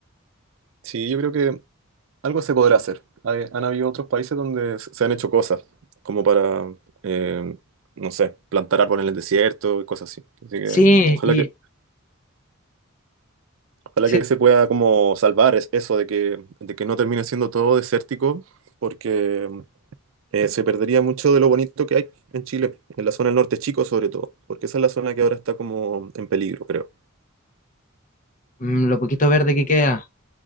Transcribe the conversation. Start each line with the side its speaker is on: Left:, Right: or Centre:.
Right: Sí, yo creo que Algo se podrá hacer. Hay- han habido otros países donde se se han hecho cosas, como para, eh, no sé, plantar árboles en el desierto y cosas así. Así que
Left: Sí,
Right: ojalá
Left: y
Right: que, ojalá
Left: sí,
Right: que se pueda como salvar es- eso de que, de que no termine siendo todo desértico, porque eh, se perdería mucho de lo bonito que hay en Chile, en la zona del norte chico sobre todo, porque esa es la zona que ahora está como en peligro, creo.
Left: mm, lo poquito verde que queda,